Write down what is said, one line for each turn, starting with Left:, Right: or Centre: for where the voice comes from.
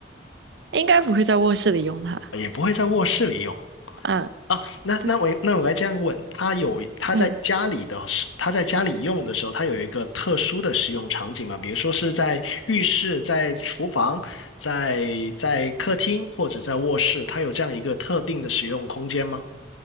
Right: 应该不会在卧室里用它。
Left: 也不会在卧室里用。
Right: 嗯。
Left: 啊，那那我那我该这样问，
Right: 但是
Left: 他有他在家里的时，
Right: 嗯
Left: 它在家里用的时候，他有一个特殊的使用场景吗？比如说是在浴室、在厨房、在在客厅或者在卧室，他有这样一个特定的使用空间吗？